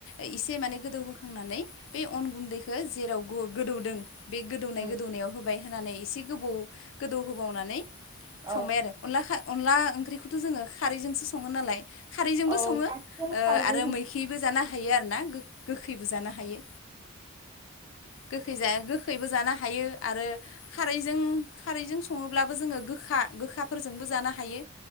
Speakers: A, on the left; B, on the right.
A: ओइ इसे माने गोदौहोखांनानै बे अन गुन्दैखो जेराव गु गोदौदों बे गोदौनाय
B: उम
A: गोदौनायाव होबाय होनानै एसे गोबौ गोदौ होबावनानै
B: औ
A: संबाय आरो अनला खा- अनला ओंख्रिखौथ' जोङो खारैजोंसो सङो नालाय खारैजोंबो
B: औ
A: सङो,
B: बांसिन
A: ओ
B: खारैजों
A: आरोओ
B: सं
A: मैखैबो जानो हायो आरोना गो गोखैबो जानो हायो। गोखै जाया गोखैबो जानो हायो आरो खारैजों खारैजों सङोब्लाबो जोङो गोखा गोखा फोरजोंबो जानो हायो